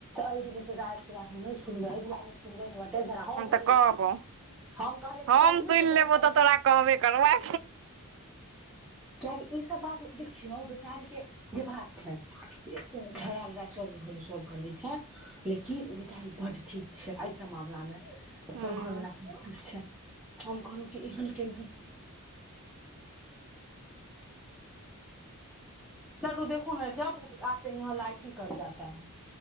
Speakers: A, in the centre; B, on the right.
A: एहि दिन राति के बात हम सुनबे एहि दुआरे सुनबे धरा हँ
B: हम
A: बुझि
B: तऽ
A: गेल
B: कहबौ
A: हम कहलिय कि
B: हम
A: कहियो
B: सुनि
A: जे देबै
B: लेबौ
A: तब
B: तऽ तोरा कहबे करबै
A: कियकि ई सब बात देखियौ बेचारी के जे बात छै धरा लड़ा स घन <inaudible> सब करै छै लेकिन ओ बेचारी बड ठीक छै एहिऐ सब मामला मे अपन
B: हूँ
A: घरवला साथ खुश छै हम कहलहुँ कि एहन टेंशन लड्डू देखो ने जब आते है यहाँ लाइट ही कट जाता है